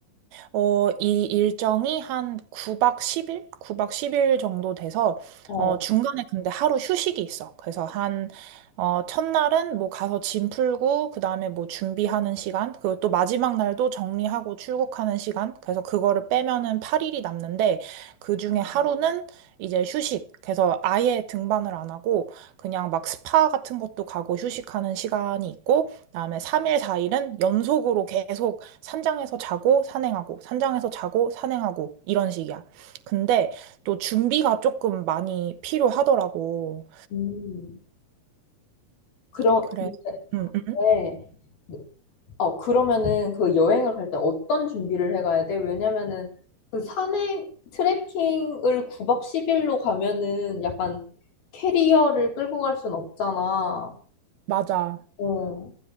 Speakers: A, on the right; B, on the left.
A: 어, 이 일정이 한 9박 10일? 9박 10일 정도 돼서,
B: 어.
A: 어, 중간에 근데 하루 휴식이 있어. 그래서 한, 어, 첫날은 뭐 가서 짐 풀고, 그 다음에 뭐 준비하는 시간, 그리고 또 마지막 날도 정리하고 출국하는 시간. 그래서 그거를 빼면은 8일이 남는데, 그 중에 하루는 이제 휴식. 그래서 아예 등반을 안 하고, 그냥 막 스파 같은 것도 가고 휴식하는 시간이 있고, 그다음에 3일, 4일은 연속으로 계속 산장에서 자고 산행하고 산장에서 자고 산행하고 이런 식이야. 근데 또 준비가 조금 많이 필요하더라고.
B: 음. 그런,
A: 그래서 음, 음.
B: 근데, 어, 그러면은 그 여행을 갈 때 어떤 준비를 해가야 돼? 왜냐면은 그 산행, 트레킹을 9박 10일로 가면은 약간 캐리어를 끌고 갈 순 없잖아.
A: 맞아.
B: 어,